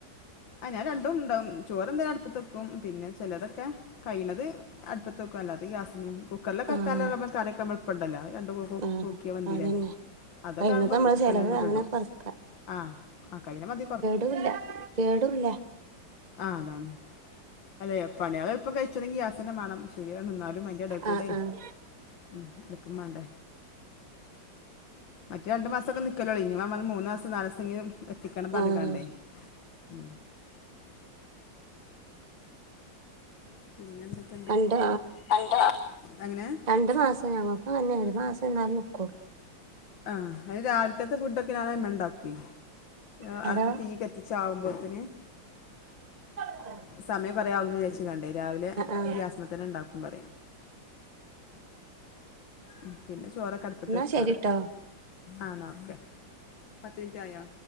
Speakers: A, on the left (about 75°); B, on the right (about 25°).
A: അഹ്‌ ഞാൻ രണ്ടും ഉണ്ടാവും ചോറെന്താൻ അടുപ്പത്ത് വെക്കും പിന്നെ ചെലതൊക്കെ കഴിണത് അടുപ്പത്ത് വക്കും അല്ലാത്ത ഗ്യാസും കുക്കറിലൊക്ക
B: ആഹ്
A: വെക്കാലകമ്മ കറിയക്കമ്മളുപ്പണ്ടല്ലാ രണ്ട് കൂ പു
B: ആഹ്
A: പൂക്കിയാ വെന്തിലേ
B: അതന്നെ
A: അതൊക്കാവുമ്പം
B: കഴിയുന്നത് നമ്മളെ
A: കുക്കറില്ലങ്ങട്ട്
B: ചെലവ് അങ്ങനെ
A: ഇടും.
B: കൊറക്ക
A: ആഹ്‌ ആഹ്‌ കയ്ന മതി കൊ
B: ടൂല്ല കേടുല്ല
A: ആഹ് അതാണ്‌ അല്ലെ പണിയള് എളുപ്പം കഴിച്ചെണങ്ങി ഗ്യാസ് ന്നെ മാണം ശരിയാണ് ഇന്നാലും അയിന്റെ എടേകൂടെയ്
B: ആഹ് ആഹ്
A: ഉം അടുപ്പം മാണ്ടേ മറ്റേ രണ്ട് മാസൊക്ക നിക്കലൊള്ളേനി ണ് ഇനി വ പറഞ്ഞ് മൂന്ന് മാസം നാലസം എങ്കിലും എത്തിക്കണം പറഞ്ഞിക്കാണ്ടേ
B: ആഹ്
A: ഉം പിന്നെ എന്തൊക്കെണ്ട്
B: പണ്ട്
A: എന്തോ എങ്ങനെ
B: രണ്ട് മാസ് ത്ത് ഞങ്ങക്കും അങ്ങെൻന്നേ ഒരു മാസം എന്നാലും നിക്കൊ
A: ആഹ്‌ അത് രാവിലക്കത്തെ ഫുഡൊക്കെ ഞാ അയിമ്മേ ണ്ടാക്കോയ് ആഹ്
B: ഹലോ
A: അടുപ്പ് തീ കത്തി ചാവുമ്പോത്തിന്
B: അഹ്
A: സമയം കൊറെയാവും വിചാരിച്ചങ്ങാണ്ടേ രാവിലെ
B: ആഹ്
A: ഗ്യാസ്മ്മെ തന്നെണ്ടാക്കും പറയ ഉം പിന്നെ ചോറൊക്കെ അടുപ്പത്താ
B: എന്നാ
A: വെക്കാറ്
B: ശരിട്ടോ
A: ആഹ്‌ ന്നാ ഓക്കെ പത്ത് മിൻറ്റായോ